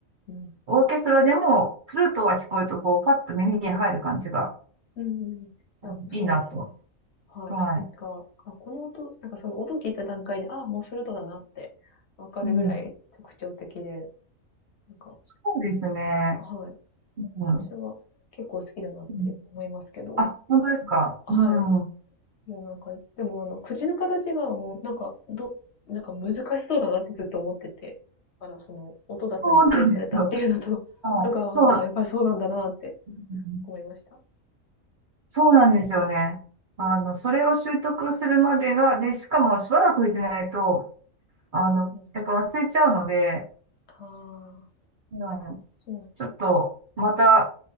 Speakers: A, on the left; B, on the right.
A: うん。
B: う、オーケストラでもフルートが聞こえるとこう、パッと耳に入る感じが、
A: うんいや、
B: うんいいなと。
A: そうですよね。はい。
B: はい。
A: なんか、あ、この音、なんかその音聞いた段階で、あ、もうフルートだなってわかるぐらい特徴的で、
B: うん、
A: なんか、
B: そうですね。
A: はい。
B: うん。
A: 私は結構好きだなって思いますけど、
B: あうんあ、本当ですかうん。
A: はい。もうなんか、でもあの、口の形がもう、なんか、ど、なんか難しそうだなってずっと思ってて、あら、その、音出すのに苦労されたっていうのと、
B: そうなんですよ。はいそう、
A: <laughs> とか、まあ、やっぱりそうなんだなって
B: うん
A: 思いました。
B: そうなんですよね。あの、それを習得するまでが、で、しかもしばらく行ってないと、あの、
A: うん。
B: やっぱ忘れちゃうので、
A: ああ、
B: うん
A: そう
B: ちょっと、また、